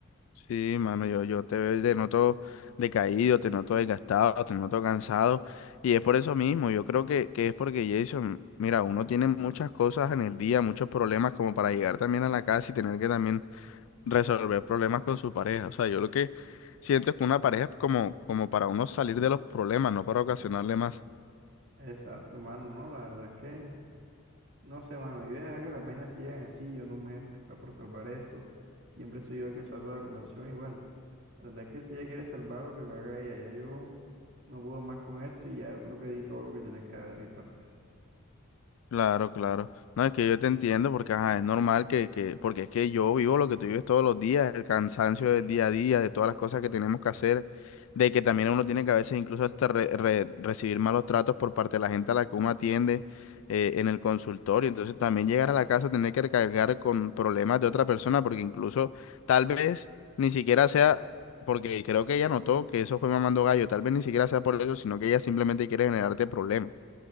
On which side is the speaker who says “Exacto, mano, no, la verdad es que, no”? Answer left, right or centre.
Right